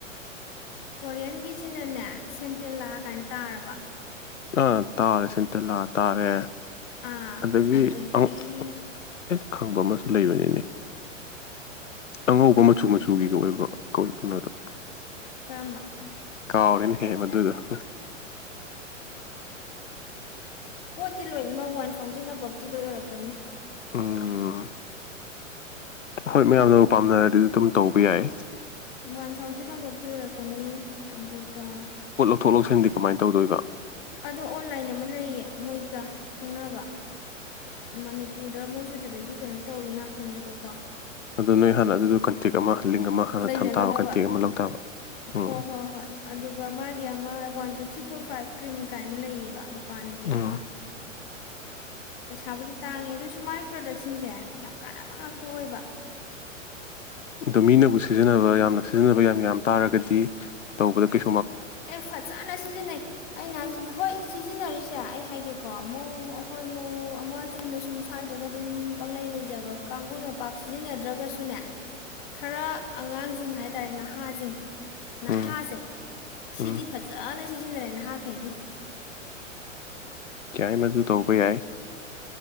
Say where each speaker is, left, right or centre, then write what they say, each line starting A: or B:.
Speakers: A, on the left; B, on the left.
A: ꯀꯣꯔꯤꯌꯟꯒꯤꯁꯤꯅꯅꯦ ꯁꯦꯟꯗꯦꯜ ꯂꯥꯛꯑ ꯀꯥꯏꯅ ꯇꯥꯔꯕ
B: ꯑꯥ ꯇꯥꯔꯦ ꯁꯤꯟꯇꯂꯥ ꯇꯥꯔꯦ
A: ꯑꯥ
B: ꯑꯗꯒꯤ
A: ꯑꯗꯒꯤ
B: ꯑꯩꯅ ꯈꯪꯕ ꯑꯃꯁ ꯂꯩꯕꯅꯤꯅꯤ ꯑꯉꯧꯕ ꯃꯆꯨ ꯃꯆꯨꯒꯤꯒ ꯑꯣꯏꯕ ꯀꯧ ꯀꯩꯅꯣꯗꯣ
A: ꯀꯔꯝꯕ
B: ꯀꯥꯎꯔꯤꯅꯦꯍꯦ ꯃꯗꯨꯗ
A: ꯄꯣꯠꯇꯤ ꯂꯣꯏꯃꯛ ꯋꯥꯟ ꯊꯥꯎꯖꯟ ꯍꯧꯖꯤꯟꯅ ꯞꯇꯤ ꯂꯣꯏ ꯑꯣꯏꯔꯛꯀꯅꯤ
B: ꯎꯝ ꯍꯣꯏ ꯃꯌꯥꯝꯅ ꯄꯥꯝꯅꯔꯗꯤꯗꯤ ꯑꯗꯨꯝ ꯇꯧꯕ ꯌꯥꯏ
A: ꯋꯥꯟ ꯊꯥꯎꯖꯟ ꯑꯐꯕꯇꯤ ꯑꯣꯏꯔꯛꯀꯅꯤ ꯑꯗꯨꯒ
B: ꯂꯧ ꯊꯣꯛꯊꯣꯛ ꯂꯧꯁꯤꯁꯤꯡꯗꯤ ꯀꯃꯥꯏꯅ ꯇꯧꯗꯣꯏꯕ
A: ꯑꯗꯣ ꯑꯣꯟꯂꯥꯏꯟ ꯑꯃ ꯂꯩꯌꯦ ꯃꯣꯏꯒ ꯈꯪꯅꯕ ꯃꯅꯤꯄꯨꯔꯗ ꯃꯣꯏꯁꯨ ꯑꯗꯨꯗꯒꯤ ꯀꯩꯅꯣ ꯇꯧꯔꯤ ꯉꯥꯛꯇꯅꯦꯕꯀꯣ
B: ꯑꯗꯨꯣ ꯅꯣꯏ ꯍꯥꯟꯅ ꯑꯗꯨꯗꯣ ꯀꯟꯇꯤꯛ ꯑꯃ ꯂꯤꯡ ꯑꯃ ꯍꯥꯟꯅ
A: ꯂꯩꯅꯒꯗꯕ
B: ꯊꯝ ꯇꯥꯕ ꯀꯟꯇꯦꯛ ꯑꯃ ꯂꯧ
A: ꯎꯝ
B: ꯇꯕ ꯎꯝ
A: ꯍꯣꯏ ꯍꯣꯏ ꯍꯣꯏ ꯑꯗꯨꯒ ꯃꯥꯒꯤ ꯑꯃ one two three four five cream ꯀꯥꯏꯅ ꯂꯩꯌꯦꯕ ꯃꯄꯥꯟꯒꯤ
B: ꯎꯝ
A: ꯑꯃ ꯄꯩꯁꯥꯕꯨꯗꯤ ꯇꯥꯡꯉꯦ ꯑꯗꯨꯁꯨ ꯃꯒꯤ ꯄ꯭ꯔꯗꯛꯁꯤꯡꯁꯦ ꯌꯥꯝ ꯀꯥꯟꯅꯕ ꯉꯥꯛꯇ ꯑꯣꯏꯕ
B: ꯑꯗꯣ ꯃꯤꯅꯕꯨ ꯁꯤꯖꯤꯟꯅꯕ ꯌꯥꯝꯅ ꯁꯤꯖꯤꯟꯅꯕ ꯌꯥꯝ ꯌꯥꯝ ꯇꯥꯔꯒꯗꯤ ꯇꯧꯕꯗ ꯀꯩ
A: ꯑꯦ ꯐꯖꯅ ꯁꯤꯖꯤꯟꯅꯩ ꯑꯩꯅ ꯍꯥꯏꯁꯤꯅꯦ ꯍꯣꯏ ꯁꯤꯖꯤꯟꯅꯔꯤꯁꯤ ꯁꯦ ꯑꯩ ꯍꯥꯏꯒꯦꯀꯣ ꯃꯧ ꯍꯣꯏ ꯃꯧ ꯑꯃ ꯆꯨꯝꯅ ꯁꯨꯝ ꯁ꯭ꯋꯥꯏꯗꯒ ꯑꯗꯨꯝ ꯄꯪꯂꯩ ꯂꯩꯖꯕ ꯀꯥꯡꯕꯨꯅꯄꯥꯛ ꯁꯤꯖꯤꯟꯅꯗ꯭ꯔꯒꯁꯨꯅꯦ ꯈꯔ ꯑꯉꯥꯡꯁꯤꯡ ꯍꯥꯏꯇꯥꯔꯦ ꯅꯍꯥꯁꯤꯡ ꯅꯍꯥꯁꯦ
B: ꯎꯝ
A: ꯁꯤꯗꯤ
B: ꯎꯝ
A: ꯐꯖꯅ ꯁꯤꯖꯤꯟꯅꯔꯦ ꯅꯍꯥꯈꯗꯤ
B: ꯀꯌꯥꯏ ꯃꯗꯨ ꯇꯧꯕ ꯌꯥꯏ